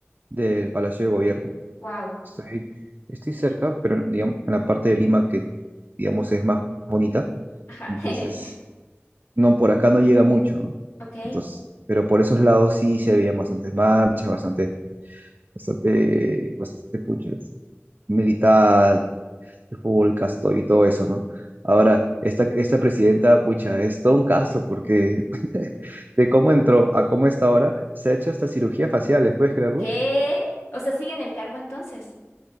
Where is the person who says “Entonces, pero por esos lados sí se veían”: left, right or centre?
Right